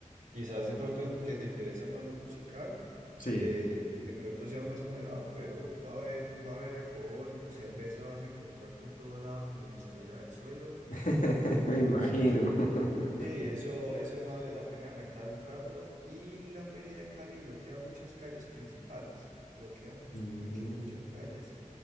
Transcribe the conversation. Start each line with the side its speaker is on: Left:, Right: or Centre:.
Right: Quizás de pronto que te interesa más lo musical,
Left: Sí.
Right: eh, de pronto sea más moderado, pero va a haber, va a haber alcohol, cerveza vas a encontrar por todo lado como si saliera del suelo.
Left: <laughs> Me imagino.
Right: Entonces.
Left: <laughs>
Right: Sí, eso, eso no vale la pena rentar un carro y la Feria de Cali bloquea muchas calles principales, bloquea mus-
Left: Mm,
Right: muchas, muchas calles,